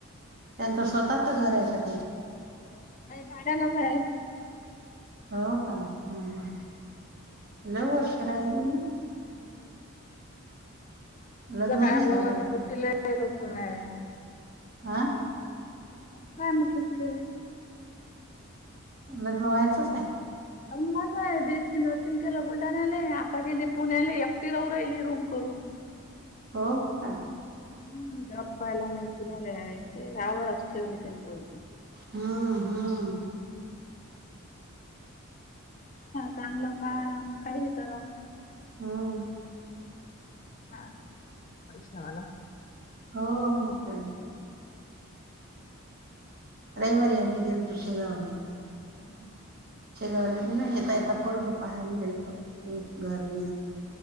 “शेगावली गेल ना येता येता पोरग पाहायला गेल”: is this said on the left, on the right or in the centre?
Right